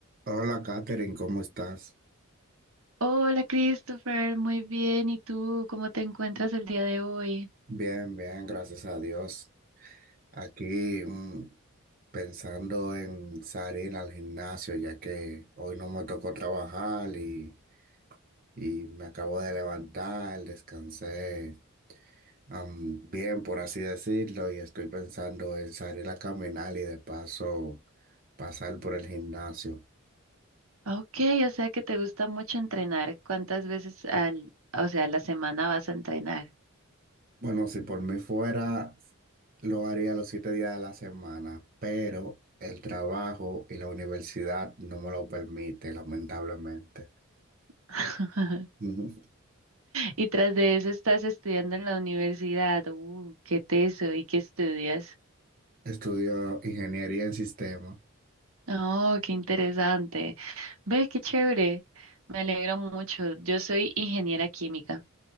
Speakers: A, on the right (about 40°); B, on the right (about 70°).
A: Hola, Katherine, ¿cómo estás?
B: Hola Christopher, muy bien. ¿Y tú cómo te encuentras el día de hoy?
A: Bien, bien, gracias a Dios. Aquí mm, pensando en salir al gimnasio, ya que hoy no me tocó trabajar y, y me acabo de levantar, descansé am, bien, por así decirlo, y estoy pensando en salir a caminar y de paso pasar por el gimnasio.
B: Ok, o sea que te gusta mucho entrenar. ¿Cuántas veces al, o sea, a la semana vas a entrenar?
A: Bueno, si por mí fuera, lo haría los siete días de la semana, pero el trabajo y la universidad no me lo permite, lamentablemente.
B: <laughs>
A: Ujú.
B: Y tras de eso estás estudiando en la universidad. Uh, qué teso. ¿Y qué estudias?
A: Estudio ingeniería en sistema.
B: Oh, qué interesante. Ve, qué chévere. Me alegro mucho. Yo soy ingeniera química.